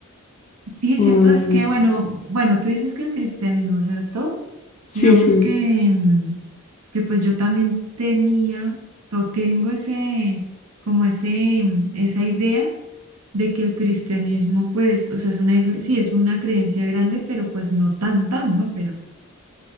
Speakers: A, on the right; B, on the left.
A: sí, es
B: Mm,
A: cierto, es que bueno, bueno, tú dices que el cristianismo, ¿cierto?
B: sí,
A: Digamos
B: sí.
A: que, mm, que pues yo también tenía o tengo ese, como ese, mm, esa idea de que el cristianismo, pues, o sea, es una, igle- sí, es una creencia grande, pero pues no tan, tan, ¿no? Pero,